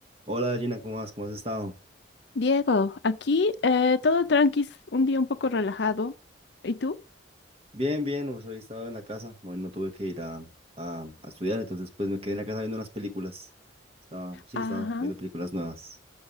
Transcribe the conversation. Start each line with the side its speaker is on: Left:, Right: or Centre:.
Right: Hola Gina, ¿cómo vas? ¿Cómo has estado?
Left: Diego, aquí eh, todo tranqui, un día un poco relajado. ¿Y tú?
Right: Bien, bien, pues hoy he estado en la casa, hoy no tuve que ir a, a, a estudiar, entonces pues me quedé en la casa viendo unas películas. Estaba, sí,
Left: Ajá.
Right: estaba viendo películas nuevas.